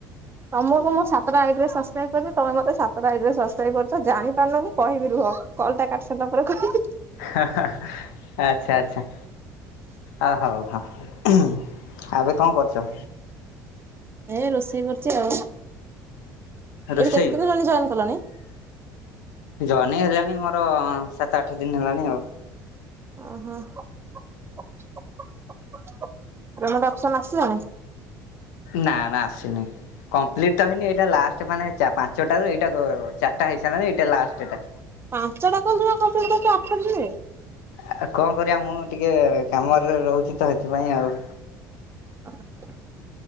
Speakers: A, on the right; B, on the left.
A: ତମକୁ ମୁଁ ସାତଟା ଆଇଡିରେ ସସ୍କ୍ରାଇବ କରିଚି, ତମେ ମତେ ସାତଟା ଆଇଡିରେ ସସ୍କ୍ରାଇବ କରିଚ, ଜାଣିପାରୁନ ମୁଁ କହିବିନି। ରୁହ, କଲ୍‌ଟା କାଟି ସାରିଲା ପରେ କହିହି।
B: ହା ହା, ଆଚ୍ଛା, ଆଚ୍ଛା। ଆ, ହଉ, ହଁ, ହୁଁ, ଏବେ କଣ କରୁଚ?
A: ଏ ରୋଷେଇ କରୁଚି ଆଉ।
B: ରୋଷେଇ
A: ଏଠି କେତେ ଦିନ ହେଲାଣି ଜଏନ୍ କଲଣି?
B: ଜଏନି ହେଲାଣି ମୋର ସାତ ଆଠ ଦିନ ହେଲାଣି ଆଉ।
A: ଓହୋ, <unintelligible> ପେମେଣ୍ଟ ଅପ୍ସନ୍ ଆସିଲାଣି?
B: ନା ନା, ଆସିନି। କମ୍ପ୍ଲିଟ ତ ହେଇନି, ଏଇଟା ଲାଷ୍ଟ, ମାନେ ଚା ପାଞ୍ଚଟାରୁ ଏଇଟା ଗ ଚାରିଟା ହେଇସାରିଲାଣି, ଏଇଟା ଲାଷ୍ଟଟା।
A: ପାଞ୍ଚଟା କଲ ଜମା କମ୍ପିଟି କରିଚ, ଆଠ ଦିନରେ?
B: ଆଉ କଣ କରିବା, ମୁଁ ଟିକେ କାମରେ ରହୁଚି ତ, ହେଥିପାଇଁ ଆଉ।
A: <unintelligible>